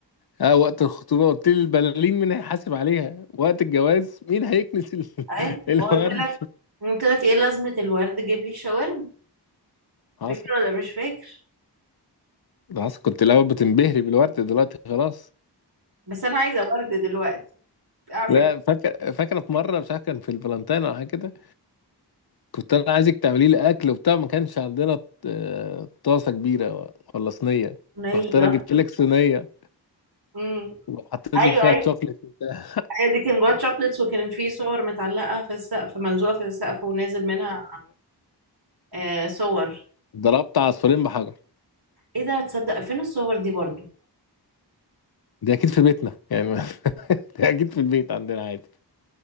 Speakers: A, on the left (about 60°); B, on the right (about 60°).
A: اه وقت الخطوبه قلت لي البلالين مين هيحاسب عليها وقت الجواز مين هيكنس ال- <laughs>
B: ايه
A: الورد
B: وقلت لك قلت لك ايه لازمة الورد جيب لي شاورما
A: حصل
B: فاكر ولا مش فاكر
A: ده حصل كنت الاول بتنبهري بالورد دلوقتي خلاص
B: بس انا عايزة ورد دلوقتي اعمل
A: لا فاكر فاكره في مره مش عارف كان في الفالنتين او حاجه كده كنت انا عايزك تعملي لي اكل وبتاع ما كانش عندنا آه، طاسه كبيره ولا صينيه
B: صينية
A: رحت انا جبت لك صينيه
B: امم
A: وحطيت
B: ايوه
A: لك فيها
B: ايوه
A: شوكليت وبتاع
B: هي دي كان جواها شوكليتس وكان في صور متعلقة في السقف ملزوقة في السقف ونازل منها آه صور
A: ضربت عصفورين بحجر
B: ايه ده تصدق فين الصور دي برضو
A: دي اكيد في بيتنا يعني <laughs> دي اكيد في البيت عندنا عادي